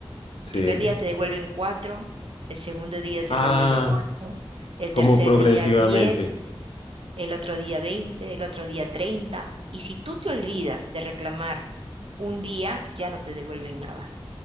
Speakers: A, on the left; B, on the right.
A: Sí.
B: El primer día te devuelven cuatro, el segundo día te
A: Ah,
B: devuelven ocho, el
A: como
B: tercer
A: progresivamente.
B: día 10, el otro día 20, el otro día 30. Y si tú te olvidas de reclamar un día, ya no te devuelven nada.